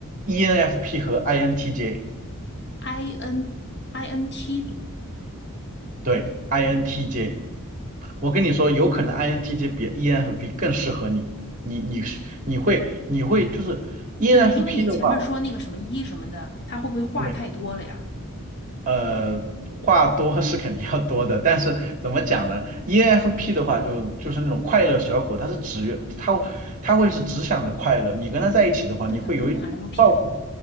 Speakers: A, on the right; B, on the left.
A: ENFP 和 INTJ，INTJ，
B: ？I N I N T，人
A: 对，INTJ，我跟你说，有可能 INTJ 比 ENFP 更适合你，你你是你会你会就是 ENFP
B: 对啊，因为你前面说那个什么一什么的，
A: 的话。
B: 他会不会话太多了呀？
A: 对呃，话多是肯定要多的，但是怎么讲呢？ENFP 的话就，就是那种快乐小狗，它是只它会它会是只想着快乐。你跟它在一起的话，你会有一种照顾
B: 是的，ENFP。